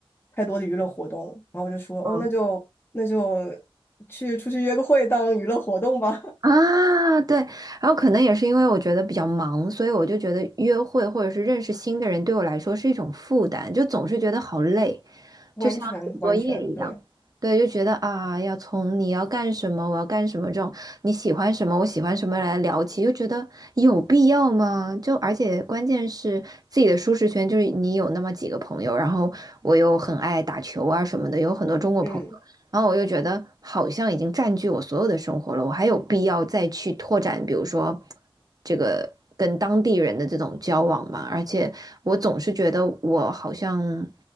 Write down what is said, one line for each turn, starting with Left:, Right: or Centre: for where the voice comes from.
Left: 太多的娱乐活动，然后我就说，
Right: 嗯
Left: 哦，那就那就去出去约个会当娱乐活动吧，
Right: 啊，对，然后可能也是因为我觉得比较忙，所以我就觉得约会或者是认识新的人对我来说是一种负担，就总是觉得好累，
Left: <laughs> 完全完全对，
Right: 就像写作业一样。对，就觉得啊，要从你要干什么，我要干什么这种你喜欢什么，我喜欢什么来聊起，就觉得有必要吗？就而且关键是自己的舒适圈，就是你有那么几个朋友，然后我又很爱打球啊什么的，有很多中国朋友。
Left: 嗯，
Right: 然后我又觉得好像已经占据我所有的生活了，我还有必要再去拓展，比如说这个跟当地人的这种交往吗？而且我总是觉得我好像，